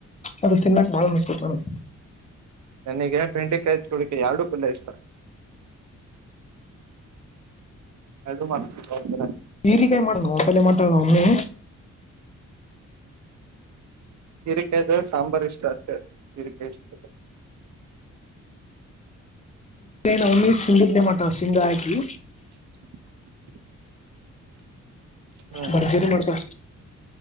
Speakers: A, on the left; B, on the right.
A: ಅದ ತಿನ್ನಕ್ ಬಾಳ ಮಸ್ತ ಐತಿ ನನಗ.
B: ನನಗೆ ಬೆಂಡೆ ಕಾಯಿ ಚಾವಳಿಕಾಯಿ ಎರಡು ಪಲ್ಲೆ ಇಷ್ಟ. ಅದು ಮಾಡ್ತ <unintelligible>
A: ಈರಿಕಾಯಿ ಮಾಡೋಣ ನಾಪಲ್ಲೆ ಮಾಡತಾ ನಮ್ಮ್ ಮಮ್ಮಿ.
B: ಈರಿಕಾಯದು ಸಾಂಬಾರ್ ಇಷ್ಟು ಅಷ್ಟೇ ಹೀರೆಕಾಯಿ ಇಷ್ಟು ಅ
A: ಈನ ಒನ್ಲಿ ಸಿಂಗಡ್ಲೇ ಮಾಡ್ತಾಳ ಸಿಂಗ ಆಕಿ.
B: <inaudible> ಹ್ಮ್
A: ಭರ್ಜರಿ ಮಾಡ್ತಾಳ